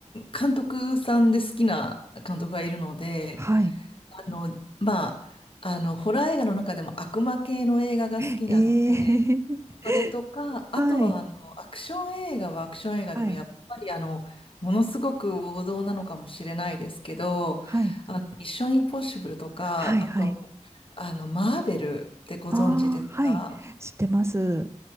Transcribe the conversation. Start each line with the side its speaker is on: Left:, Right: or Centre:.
Left: 監督さんで好きな監督がいるので、
Right: はい。
Left: あの、まあ、あの、ホラー映画の中でも悪魔系の映画が好きなので、
Right: えー、
Left: それとか、あとはあの、
Right: <laughs> はい。
Left: アクション映画はアクション映画でもやっぱりあの、
Right: はい。
Left: ものすごく王道なのかもしれないですけど、
Right: はい。
Left: あの、ミッションインポッシブルとか、
Right: はい。
Left: あと、
Right: はい。
Left: あの、マーベルってご存知ですか
Right: ああ、はい。知ってます。